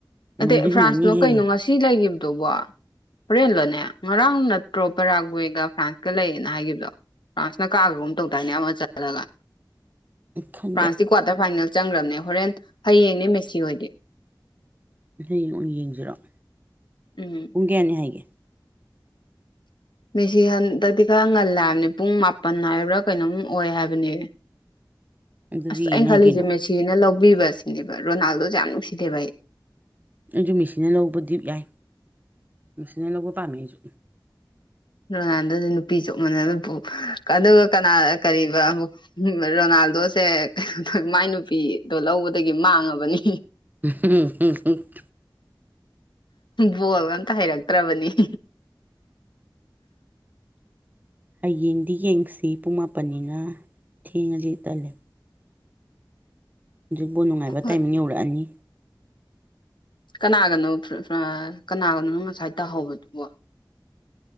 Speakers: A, on the left (about 75°); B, on the right (about 20°).
A: ꯅꯠꯇꯦ
B: ꯅꯨꯡꯗꯤ ꯅꯨꯡꯉꯥꯏꯅꯤꯍꯦ
A: ꯐ꯭ꯔꯥꯟꯁꯂꯣ ꯀꯩꯅꯣ ꯉꯁꯤ ꯂꯩꯒꯤꯕꯗꯨꯕꯣ? ꯍꯣꯔꯦꯟꯂꯣꯅꯦ ꯉꯔꯥꯡ ꯅꯠꯇ꯭ꯔꯣ ꯄꯕꯦꯔꯥꯒꯋꯦꯒ ꯐ꯭ꯔꯥꯟꯁꯀ ꯂꯩꯌꯦꯅ ꯍꯥꯏꯈꯤꯕꯗꯣ ꯐ꯭ꯔꯥꯟꯁꯅ ꯀꯥꯒꯒꯨꯝ ꯇꯧꯗꯥꯏꯅꯦ ꯑꯃ ꯆꯜꯂꯒ
B: ꯈꯪꯗꯦ
A: ꯐ꯭ꯔꯥꯟꯁꯀꯤ ꯀ꯭ꯋꯥꯇꯔ ꯐꯥꯏꯅꯦꯜ ꯆꯪꯈ꯭ꯔꯕꯅꯦ ꯍꯣꯔꯦꯟ ꯍꯌꯦꯡꯅꯦ ꯃꯦꯁꯤ ꯍꯣꯏꯗꯤ
B: ꯍꯌꯦꯡꯉ ꯌꯦꯡꯁꯤꯔꯛꯑꯣ
A: ꯎꯝ-
B: ꯄꯨꯡ ꯀꯌꯥꯅꯤ ꯍꯥꯏꯒꯦ
A: ꯃꯤꯁꯤ ꯍꯟꯗꯛꯇꯤ ꯈꯔ ꯉꯜꯂꯦ ꯍꯥꯏꯕꯅꯤ ꯄꯨꯡ ꯃꯥꯄꯟ ꯍꯥꯏꯕ꯭ꯔꯥ ꯀꯩꯅꯣꯝ ꯑꯣꯏ ꯍꯥꯏꯕꯅꯦ
B: ꯑꯗꯨꯗꯤ
A: ꯑꯁ ꯑꯩꯅ
B: ꯌꯦꯡ
A: ꯈꯜꯂꯤꯖꯦ
B: ꯌꯥꯏ ꯀꯩꯅꯣ
A: ꯃꯦꯁꯤꯅ ꯂꯧꯕꯤꯕ ꯁꯤꯅꯦꯕ ꯔꯣꯅꯥꯜꯗꯣꯖꯦ ꯌꯥꯝ ꯅꯨꯡꯁꯤꯗꯦꯕ ꯑꯩ
B: ꯑꯩꯖꯨ ꯃꯦꯁꯤꯅ ꯂꯧꯕꯗꯤ ꯌꯥꯏ ꯃꯦꯁꯤꯅ ꯂꯧꯕ ꯄꯥꯝꯃꯦ ꯑꯩꯖꯨ
A: ꯔꯣꯅꯥꯜꯗꯣꯗꯣ ꯅꯨꯄꯤ ꯆꯣꯛ ꯃꯟꯗꯅ ꯄꯨ ꯑꯗꯨꯒ ꯀꯅꯥ ꯀꯔꯤꯕ ꯔꯣꯅꯥꯜꯗꯣꯁꯦ ꯀꯩꯅꯣ ꯇꯧꯋꯤ ꯃꯥꯏ ꯅꯨꯄꯤ-ꯗꯣ ꯂꯧꯕꯗꯒꯤ ꯃꯥꯡꯉꯥꯕꯅꯤ
B: <unintelligible>
A: ꯕꯣꯜꯒ ꯑꯝꯇ ꯍꯩꯔꯛꯇ꯭ꯔꯕꯅꯤ
B: ꯍꯌꯦꯡꯗꯤ ꯌꯦꯡꯉꯥꯁꯤ ꯄꯨꯡ ꯃꯥꯄꯟꯅꯤꯅꯥ ꯊꯦꯡꯉꯗꯤ ꯇꯜꯂꯦ ꯍꯧꯖꯤꯛꯕꯣꯟ ꯅꯨꯡꯉꯥꯏꯕ
A: ꯍꯣꯏ
B: ꯇꯥꯏꯃꯤꯡ ꯌꯧꯔꯛꯑꯅꯤ
A: ꯀꯅꯥꯒꯅꯣ ꯀꯅꯥꯒꯅꯣ ꯅꯪ ꯉꯁꯥꯏ ꯇꯥꯍꯧꯕꯗꯨꯕꯣ